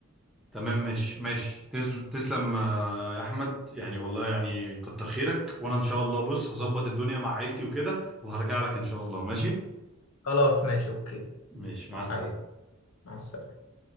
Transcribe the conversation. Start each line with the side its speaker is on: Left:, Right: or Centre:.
Centre: تمام ماشي ماشي تسل- تسلم آه، يا احمد يعني والله يعني كتر خيرك وانا ان شاء الله بص هظبط الدنيا مع عيلتي وكده وهرجع لك ان شاء الله ماشي
Left: خلاص ماشي اوكي
Centre: ماشي مع السلامه
Left: حبيبي مع السلامة